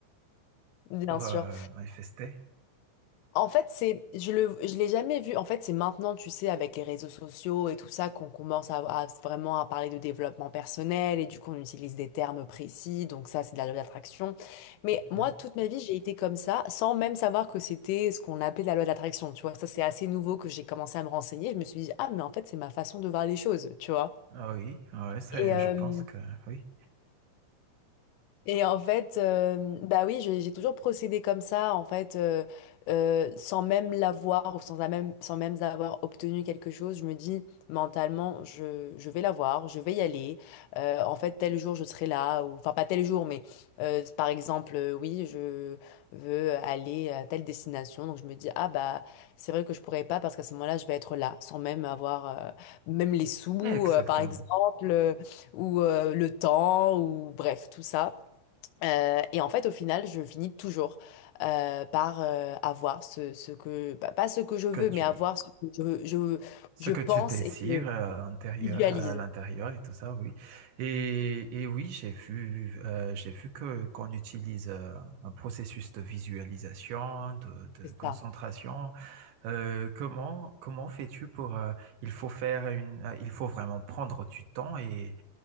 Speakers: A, on the left; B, on the right.
A: Bien
B: pour
A: sûr.
B: euh, manifester.
A: En fait, c'est, je le, je l'ai jamais vu. En fait, c'est maintenant, tu sais, avec les réseaux sociaux et tout ça, qu'on commence à, à vraiment à parler de développement personnel et du coup, on utilise des termes précis. Donc ça, c'est de la loi d'attraction. Mais moi,
B: Hmm.
A: toute ma vie, j'ai été comme ça, sans même savoir que c'était ce qu'on appelait la loi d'attraction. Tu vois, ça, c'est assez nouveau que j'ai commencé à me renseigner. Je me suis dit, ah, mais en fait, c'est ma façon de voir les choses. Tu vois.
B: Ah oui, ouais, ça,
A: Et, euh,
B: je pense que oui,
A: Et en fait, euh, bah oui, j'ai j'ai toujours procédé comme ça, en fait, euh, euh, sans même l'avoir ou sans, la même, sans même avoir obtenu quelque chose. Je me dis mentalement, je, je vais l'avoir, je vais y aller. Euh, en fait, tel jour, je serai là. Ou, enfin, pas tel jour, mais euh, par exemple, euh, oui, je veux aller à telle destination. Donc, je me dis, ah bah, c'est vrai que je pourrais pas parce qu'à ce moment-là, je vais être là, sans même avoir, euh, même les sous,
B: exactement.
A: euh, par exemple, euh, ou euh, le temps, ou bref, tout ça. Euh, et en fait, au final, je finis toujours euh, par euh, avoir ce, ce que, bah, pas ce que je veux,
B: Que tu,
A: mais avoir ce que je, je,
B: Ce
A: je
B: que
A: pense
B: tu désires
A: et que je
B: euh, intérieur,
A: visualise.
B: à l'intérieur et tout ça, oui. Et, et oui, j'ai vu, euh, j'ai vu que qu'on utilise euh, un processus de visualisation, de, de
A: C'est
B: concentration.
A: ça.
B: Euh, comment comment fais-tu pour euh, il faut faire une, euh, il faut vraiment prendre du temps et,